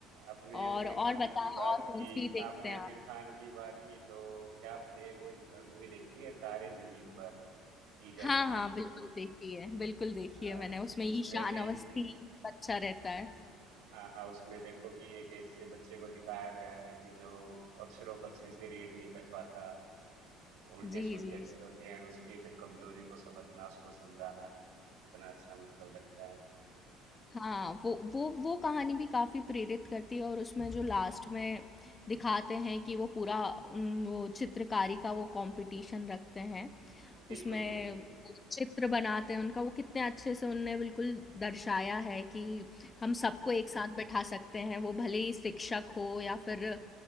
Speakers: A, on the right; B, on the left.
A: आपने
B: और
A: आमिर खान
B: और बताएं
A: की बात
B: और
A: की
B: कौन सी देखते
A: आपने
B: हैं
A: आमिर
B: आप
A: खान की बात की तो क्या आपने वो मूवी देखी है तारे जमीन पर टीजेड
B: हाँ
A: पी
B: हाँ बिल्कुल देखी है बिल्कुल देखी
A: हाँ
B: है मैंने उसमें
A: उसमें
B: ईशान
A: भी
B: अवस्थी बच्चा रहता है
A: हाँ हाँ उसमें देखो कि एक ऐसे बच्चे को दिखाया गया है कि जो अक्षरों को अच्छे से रीड नहीं कर पाता उल्टे
B: जी
A: सुल्टे
B: जी
A: अक्षर
B: जी
A: होते हैं उसकी फिर कमजोरी को समझना उसको समझाना कितना अच्छा मतलब लगता है
B: हाँ वो वो वो कहानी भी काफ़ी प्रेरित करती है और उसमें जो लास्ट में दिखाते हैं कि वो पूरा उन, वो चित्रकारी का वो कंपटीशन रखते हैं
A: बिल्कुल
B: उसमें
A: बिल्कुल
B: वो चित्र बनाते हैं उनका वो कितने अच्छे से उनने बिल्कुल दर्शाया है कि
A: हम्म,
B: हम सबको एक साथ बैठा सकते हैं वो भले ही शिक्षक हो या फिर